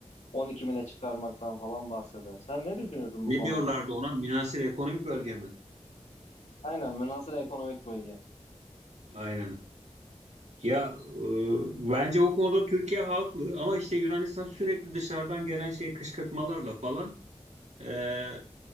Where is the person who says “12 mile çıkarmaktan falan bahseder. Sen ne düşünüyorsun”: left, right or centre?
Left